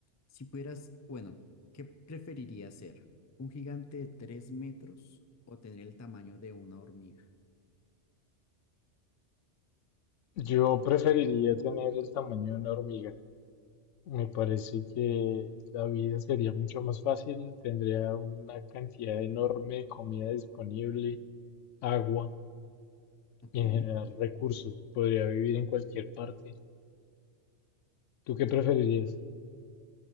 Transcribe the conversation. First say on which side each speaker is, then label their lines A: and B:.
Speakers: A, on the left; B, on the left.
A: si pudieras, bueno, ¿qué preferirías ser? ¿Un gigante de tres metros o tener el tamaño de una hormiga?
B: Yo preferiría tener el tamaño de una hormiga. Me parece que la vida sería mucho más fácil, tendría una cantidad enorme de comida disponible, agua
A: Ok,
B: y en general recursos. Podría vivir en cualquier parte. ¿Tú qué preferirías?